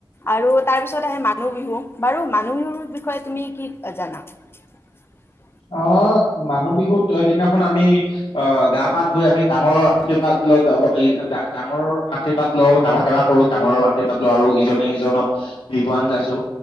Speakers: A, on the left; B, on the left.
A: আৰু তাৰপিছত আহে মানুহ বিহু বাৰু মানুহ বিহুৰ বিষয়ে তুমি কি জানা? <unintelligible>
B: অ মানুহ বিহু ত দিনাখন আমি আহ গা পা ধুই আমি ডাঙৰৰ আৰ্শীৰ্বাদ ল ডাঙৰৰ আৰ্শীৰ্বাদ লওঁ, ডাঙৰ সেৱা কৰো ডাঙৰৰ আশীৰ্বাদ লওঁ আৰু ইজনে সিজনক বিহুৱান যাচো।